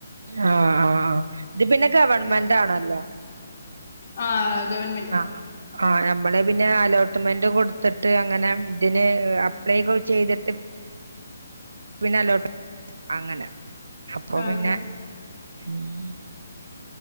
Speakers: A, on the right; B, on the left.
A: ആഹാ ഇത് പിന്നെ ഗെവൺമെന്റാണല്ലോ
B: ഉം ആഹ് ഗവൺമെന്റ്
A: ആഹ് ആ ഞമ്മള് പിന്നെ അലോട്ട്മെന്റ് കൊട്ത്ത്ട്ട് അങ്ങനെ ഇതിന് അപ്ലൈ ചെയ്തിട്ട് പിന്ന അലൗട്ട് അങ്ങനെ അപ്പൊ
B: അതെ
A: പിന്നെ ഉം